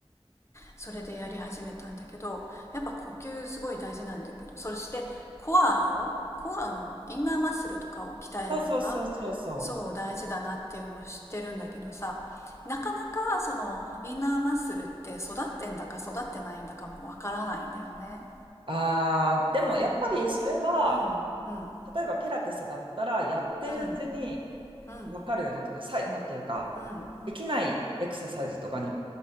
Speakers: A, on the left; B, on the right.
A: それでやり始めたんだけどやっぱ呼吸すごい大事なんだけどそしてコアをコアのインナーマッスルとかを鍛えるのが
B: あ、そうそうそうそうそう。
A: そう大事だなっていうのを知ってるんだけどさなかなかそのインナーマッスルって育ってんだか育ってないんだかもわからないんだよね。
B: ああ、でもやっぱりそれは、
A: うんうんうん
B: 例えばピラティスだったら、やってるうちに
A: うんうん
B: 分かるようになってくる。さい、なんていうか、
A: うん
B: できないエクササイズとかに